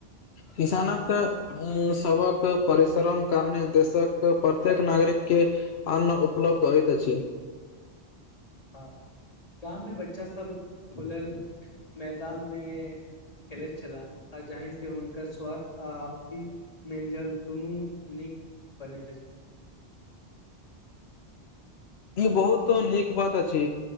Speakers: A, on the left (about 75°); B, on the left (about 35°).
A: किसानक सभक़ँ परिश्रम कारणे देशक प्रत्येक नागरिके अन्न उपलब्ध होइत अछि।
B: हाँ गाम मे बच्चा सभ खुलल मैदान मे खेलैत छला आ जाहि से हुनका स्वास्थ्य अ निक मेल जोल दुनू नीक बनैत अछि।
A: ई बहुत नीक बात अछि